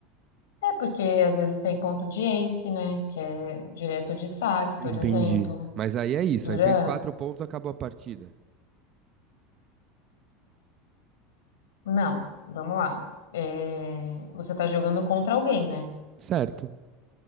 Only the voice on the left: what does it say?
É porque às vezes tem ponto de ace, né? Que é direto de saque, por
exemplo.
Duran.
Não, vamos lá. É, Você tá jogando contra alguém, né?